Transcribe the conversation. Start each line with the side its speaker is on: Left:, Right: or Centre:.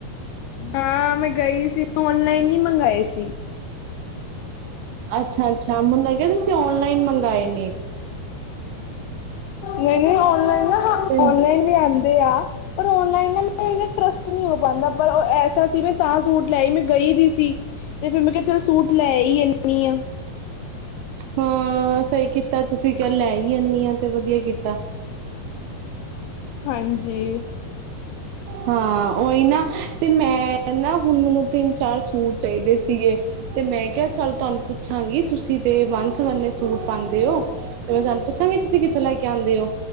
Left: ਹਾਂ ਮੈਂ ਗਈ ਸੀ, ਓਨਲਾਈਨ ਨੀ ਮੰਗਾਏ ਸੀ।
Right: ਅੱਛਾ-ਅੱਛਾ, ਮੈਨੂੰ ਲੱਗਿਆ ਤੁਸੀਂ ਓਨਲਾਈਨ ਮੰਗਾਏ ਨੇ।
Left: ਨਹੀਂ ਔਨਲਾਈਨ ਨਾ ਹਾਂ
Right: ਤੇ
Left: ਔਨਲਾਈਨ ਵੀ ਆਂਦੇ ਆ ਪਰ ਓਨਲਾਈਨ ਨਾ ਟਰੱਸਟ ਨੀ ਹੋ ਪਾਂਦਾ ਪਰ ਓ ਏਸ ਸੀ ਮੈਂ ਤਾਂ ਸੂਟ ਲੈ ਆਈ ਮੈਂ ਗਈ ਦੀ ਸੀ ਤੇ ਫੇਰ ਮੈਂ ਕਿਆ ਚੱਲ ਸੂਟ ਲੈ ਈ ਇਨੀ ਆ।
Right: ਹਾਂ, ਸਈ ਕੀਤਾ ਤੁਸੀਂ ਕਿਆ ਲੈ ਈ ਆਨੀ ਆ ਤੇ ਵਦੀਆ ਕੀਤਾ।
Left: ਹਾਂਜੀ।
Right: ਹਾਂ, ਓਈ ਨਾ ਤੇ ਮੈਂ ਨਾ ਹੁਣ ਮੈਨੂੰ ਤਿੰਨ-ਚਾਰ ਸੂਟ ਚਾਈਦੇ ਸੀਗੇ ਤੇ ਮੈਂ ਕਿਆ ਚੱਲ ਤੁਆਨੂੰ ਪੁੱਛਾਂਗੀ ਤੁਸੀਂ ਤੇ ਵੰਨ-ਸੁਵੰਨੇ ਸੂ ਸੂਟ ਪਾਂਦੇ ਓ ਤੇ ਮੈਂ ਤੁਆਨੂੰ ਪੁੱਛਾਂਗੀ ਤੁਸੀਂ ਕਿੱਥੋਂ ਲੈ ਕੇ ਆਂਦੇ ਓ?